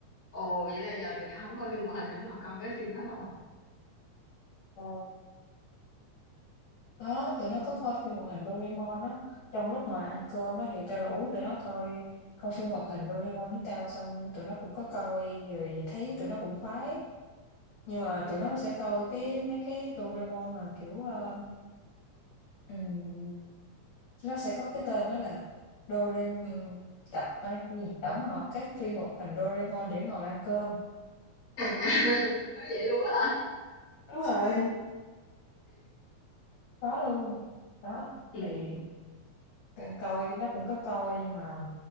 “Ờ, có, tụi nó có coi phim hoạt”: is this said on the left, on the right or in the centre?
Left